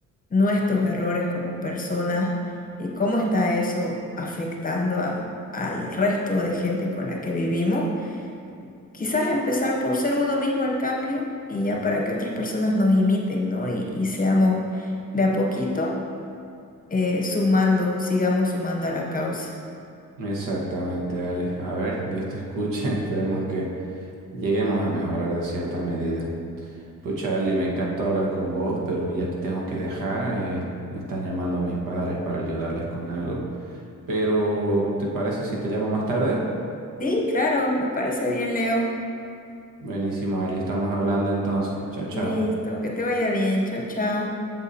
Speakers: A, on the left (about 25°); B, on the right (about 85°).
A: nuestros errores como personas y cómo está eso afectando a- al resto de gente con la que vivimos Quizás empezar por ser uno mismo el cambio y ya para que otras personas nos imiten, ¿no? Y, y seamos de a poquito eh, sumando, sigamos sumando a la causa.
B: Exactamente, Alex. A ver, Dios te escuche, <laughs> esperemos que lleguemos a mejorar de cierta medida. Pues Charlie, me encantó hablar con vos, pero ya te tengo que dejar. eh, me están llamando a mis padres para ayudarles con algo. Pero, ¿te parece si te llamo más tarde?
A: Sí, claro, me parece bien, Leo.
B: Buenísimo, Ali, estamos hablando entonces. Chao, chao.
A: Listo, que te vaya bien. Chao, chao.